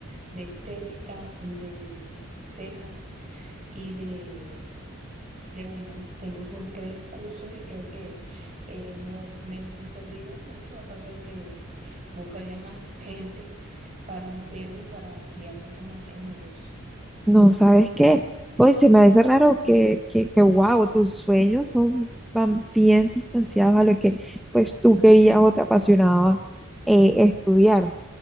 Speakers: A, on the right; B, in the centre.
A: de estética, de cejas y de uñas. Tengo estos
B: wow.
A: tres cursos y creo que eh, me, va- me- me servirían mucho, aparte de que buscaría más gente para meterlo y para ampliar mucho más el negocio.
B: No, ¿sabes qué? Hoy se me hace raro que, que, que, wow, tus sueños son van bien distanciados a lo que pues tú querías o te apasionaba eh, estudiar.